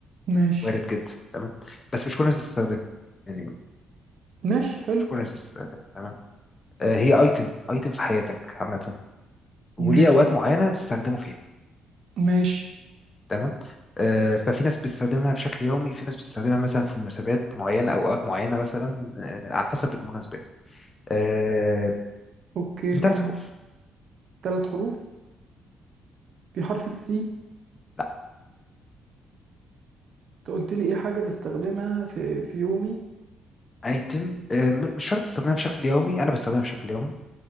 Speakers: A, on the right; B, on the left.
A: ماشي
B: وارد جدا تمام بس مش كل الناس بتستخدمها يعني
A: ماشي حلو
B: مش كل الناس بتستخدمها تمام اه هي ايتم ايتم في حياتك عامه وليه
A: ماشي
B: اوقات معينه بتستخدمه فيها
A: ماشي
B: تمام آه، ففي ناس بتستخدمها بشكل يومي في ناس بتستخدمها مثلا في مناسبات معينة أو أوقات معينة مثلا آه، على حسب المناسبة آه،
A: اوكي
B: من
A: كم
B: ثلاث حروف
A: ثلاث حروف في حرف السي انت
B: لا
A: قلت لي ايه حاجة بستخدمها في في يومي
B: ايتم آه، م- مش شرط تستخدمها بشكل يومي أنا بستخدمها بشكل يومي